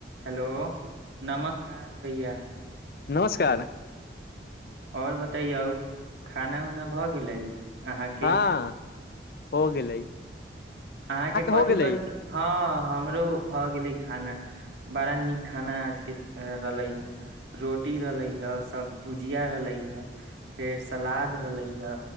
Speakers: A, on the right; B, on the left.
A: Hello नमस्कार भैया
B: नमस्कार
A: आओर बतैयौ खाना उना भऽ गेलै अहाँके
B: हँ हो गेलै
A: अहाँके कथिी
B: हो गेलै
A: कथिी हँ हमरो भऽ गेलै खाना बड़ा नीक खाना आज के रहले हा रोटी रहलै हे सब भुजिया रहले हे फेर सलाद रहले हे